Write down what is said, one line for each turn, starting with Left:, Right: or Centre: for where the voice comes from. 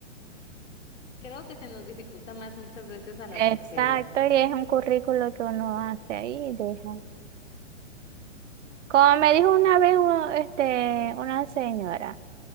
Left: Creo que se nos dificulta más muchas veces a las
Right: Exacto,
Left: mujeres.
Right: y es un currículo que uno hace ahí y deja. Como me dijo una vez u- este, una señora,